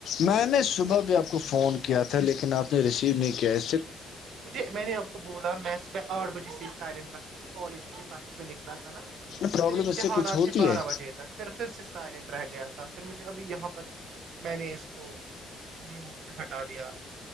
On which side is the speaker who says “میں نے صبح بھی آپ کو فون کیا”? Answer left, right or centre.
Left